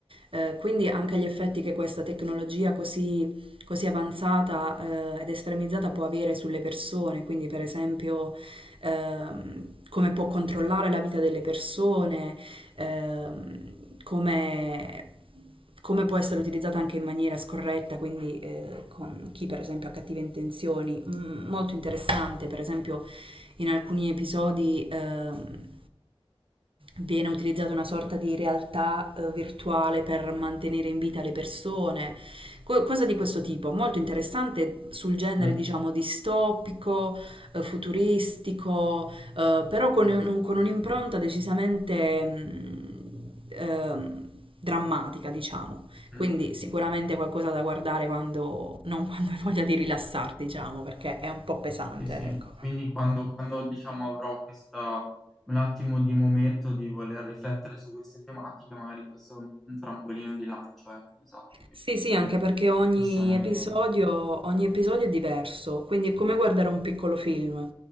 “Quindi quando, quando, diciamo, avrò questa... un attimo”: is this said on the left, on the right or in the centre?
Centre